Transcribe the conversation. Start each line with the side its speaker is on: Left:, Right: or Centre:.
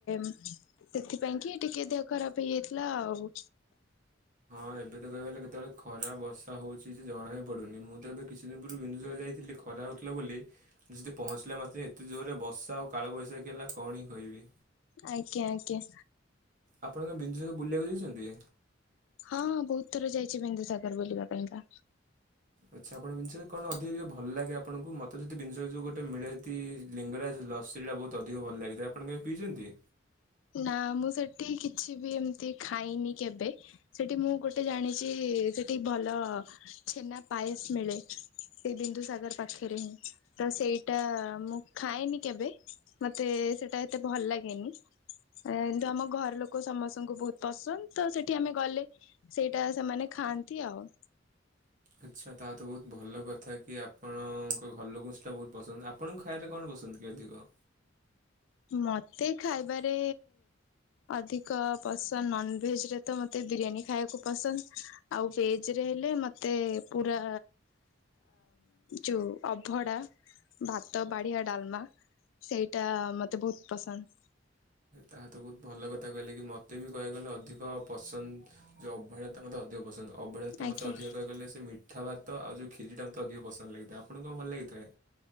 Left: ସେଥିପାଇଁ କି ଟିକେ ଦେହ ଖରାପ ହେଇଯାଇଥିଲା ଆଉ।
Right: ହଁ ଏବେ ତ କହିବାଲେ କେତେବେଳେ ଖରା ବର୍ଷା ହଉଛି ଯେ ଜଣା ବି ପଡୁନି ମୁଁ ତ ଏବେ କିଛି ଦିନ ପୂର୍ବ ବିନ୍ଦୁସର ଯାଇଥିଲେ ଖରା ହେଉଥିଲା ବୋଲି ସେ ପହଞ୍ଚିଲା ମାତ୍ରେ ଏତେ ଜୋରରେ ଵର୍ଷା ଆଉ କାଳ ବ ବୈଶାଖୀ ହେଲା କଣ ହିଁ କହିବି?
Left: ଆଜ୍ଞା ଆଜ୍ଞା।
Right: ଆପଣଙ୍କ କେବେ ବିନ୍ଦୁସାଗର ବୁଲିବାକୁ ଯାଇଛନ୍ତି?
Left: ହଁଁ ହଁ ବହୁତ ଥର ଯାଇଛି ବିନ୍ଦୁସାଗର ବୁଲିବା ପାଇଁକା।
Right: ଆଛା ଆପଣ ବିନ୍ଦୁସାଗର ରେ କଣ ଅଧିକ ଭଲ ଲାଗେ ଆପଣଙ୍କୁ ମତେ ଯଦି ଜିନିଷ ଗୋଟ ମିଲେ ତି ଲିଙ୍ଗରାଜ ଲସି ଟା ବହୁତ ଅଧିକ ଭଲ ଲାଗିଥାଏ ଆପଣ କେବେ ପିଇଛନ୍ତି?
Left: ନା ମୁଁ ସେଠି କିଛି ବି ଏମିତି ଖାଇନି କେବେ ସେଠି ମୁଁ ଗୋଟେ ଜାଣିଛି ଏ ସେଠି ଭଲ ଛେନା ପାଏସ ମିଳେ। ସେ ବିନ୍ଦୁ ସାଗର ପାଖରେ ହିଁ ତ ସେଇଟା ମୁଁ ଖାଏନି କେବେ ମତେ ସେଇଟା ଏତେ ଭଲ ଲାଗେନି। ଏନ୍ତି ଆମ ଘର ଲୋକ ସମସ୍ତଙ୍କୁ ବହୁତ ପସନ୍ଦ ତ ସେଠି ଆମେ ଗଲେ ସେଇଟା ସେମାନେ ଖାଆନ୍ତି ଆଉ।
Right: ଆଚ୍ଛା ତା ତ ବହୁତ ଭଲ କଥା କି ଆପଣଙ୍କ ଘର ଲୋକଙ୍କୁ ସେଇଟା ବହୁତ ପସନ୍ଦ ଆପଣଙ୍କୁ ଖାଇବାରେ କଣ ପସନ୍ଦ? <unintelligible>
Left: ମତେ ଖାଇବାରେ ଅଧିକ ପସନ୍ଦ ନନ ଭେଜ ରେ ତ ମତେ ବିରିୟାନୀ ଖାଇବାକୁ ପସନ୍ଦ ଆଉ ଭେଜ ରେ ଲେ ମତେ ପୁରା ଯଉ ଅଭଡ଼ା ଭାତ ବାଡ଼ିଆ ଡାଲମା ସେଇଟା ମତେ ବହୁତ ପସନ୍ଦ।
Right: ତାହା ତ ବହୁତ ଭଲ କଥା କହିଲେ କି ମୋତେ ବି କହିବାକୁ ଗଲେ ଅଧିକ ପସନ୍ଦ ଯେଉଁ ଅବଢା ତ ମୋତେ ଅଧିକ ପସନ୍ଦ। ଅବଢା
Left: ଆଜ୍ଞା
Right: ମୋତେ ଅଧିକ କହିବାକୁ ଗଲେ ସେ ମିଠା ଭାତ ଆଉ ଯୋଉ ଖିରିଟା ମୋତେ ଅଧିକ ପସନ୍ଦ ଲାଗିଥାଏ ଆ ଆପଣଙ୍କୁ କଣ ଭଲ ଲାଗିଥାଏ?